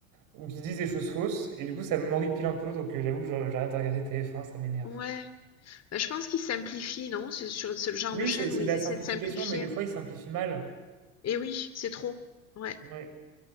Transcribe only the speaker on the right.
ou qu'ils disent des choses fausses. Et du coup, ça m'horripile un peu, donc euh, j'avoue que je- j'arrête de regarder TF1, ça m'énerve.
Oui,
c'est c'est
de la simplification,
mais des fois, ils simplifient mal.
Ouais.